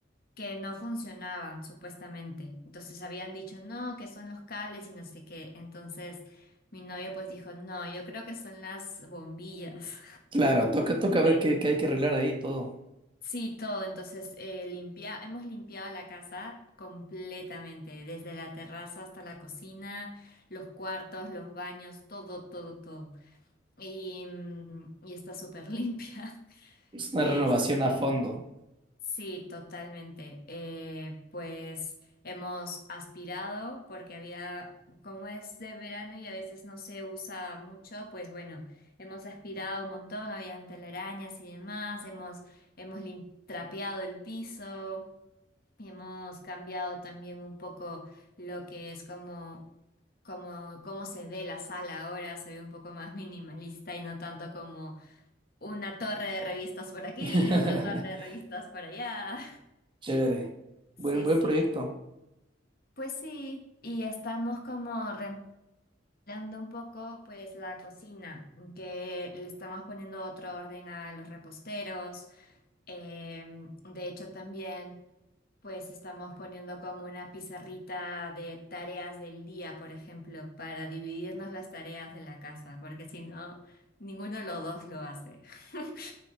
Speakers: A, on the left; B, on the right.
A: que no funcionaban supuestamente. Entonces habían dicho, no, que son los cables y no sé qué. Entonces mi novia pues dijo, no, yo creo que son las bombillas.
B: Claro, toca, toca ver
A: <laughs>
B: qué, qué hay que arreglar ahí todo.
A: Sí, todo. Entonces, eh, limpia- hemos limpiado la casa completamente, desde la terraza hasta la cocina, los cuartos, los baños, todo, todo, todo. Y, mm, y está súper limpia. <laughs>
B: Es una
A: Este,
B: renovación a fondo.
A: Sí, totalmente. Eh, pues hemos aspirado porque había, como es de verano y a veces no se usa mucho, pues bueno, hemos aspirado un montón, habían telarañas y demás, hemos, hemos lim- trapeado el piso y hemos cambiado también un poco lo que es como, como, cómo se ve la sala ahora, se ve un poco más minimalista y no tanto como una torre de revistas por aquí
B: <laughs>
A: y otra torre de revistas por allá.
B: Chévere.
A: Sí,
B: Buen, buen
A: sí.
B: proyecto.
A: Pues sí, y estamos como remodelando un poco pues la cocina, que le estamos poniendo otro orden a los reposteros. Em, de hecho también pues estamos poniendo como una pizarrita de tareas del día, por ejemplo, para dividirnos las tareas de la casa, porque si no, ninguno de los dos lo hace. <laughs>